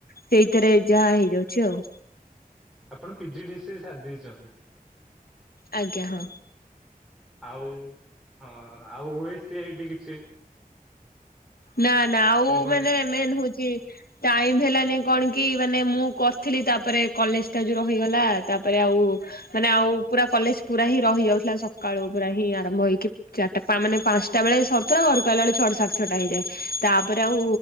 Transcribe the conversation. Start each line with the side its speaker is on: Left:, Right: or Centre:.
Left: ସେଇଥିରେ ଯାହା ହେଇଯାଉଛି ଆଉ
Centre: ଆପଣ ପି ଜି ଡିସିଏ ସାରିଦେଇଛନ୍ତି।
Left: ଆଜ୍ଞା ହଁ।
Centre: ଆଉ ହଁ ଆଉ ଉ କିଛି
Left: ନା ନା ଆଉ
Centre: ସେଇଭଳିଆ
Left: ମାନେ ମେନ୍ ହଉଛି ଟାଇମ ହେଲାନି କଣ କି ମାନେ ମୁଁ କରିଥିଲି। ତାପରେ କଲେଜ ଟା ଯୋଉଁ ରହିଗଲା। ତାପରେ ଆଉ ଆଉ ମାନେ ଆଉ ପୁରା କଲେଜ ପୁରା ହିଁ ରହିଯାଉଥିଲା। ସକାଳୁ ପୁରା ହିଁ ଆରମ୍ଭ ହେଇକି ଚାରିଟା ପାଞ୍ଚ ମାନ ପାଞ୍ଚଟା ବେଳେ ସରିଥିଲା ଘରକୁ ଆସିଲା ବେଳେ ଛଅଟା ସାଢେ ଛଟା ହେଇଯାଏ। ତାପରେ ଆଉ